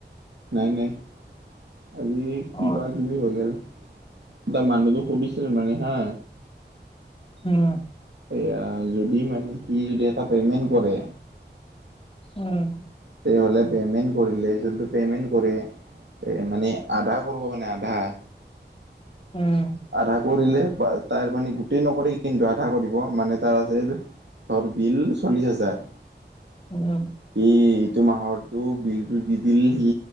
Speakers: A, on the right; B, on the left.
A: নাই নাই আজি কিবা
B: অ
A: কিবি হৈ গ'ল। তাক মানুহতোক সুধিছিল মানে হা।
B: উম।
A: এয়া যদি মানে সি যদি এটা পেমেন্ট কৰে।
B: উম।
A: তেওঁ পেমেন্ট কৰিলে যোনটো পেমেন্ট কৰে মানে আধা কৰিব মানে <inaudible>
B: উম।
A: আধা কৰিলে তাৰ মানে গোটেই নকৰে কিন্তু আধা কৰিব মানে তাৰ আছে যে। ত'ৰ বিল চল্লিছ হাজাৰ।
B: উম।
A: সি ইটো মাহৰটো বিলটো দি দিল সি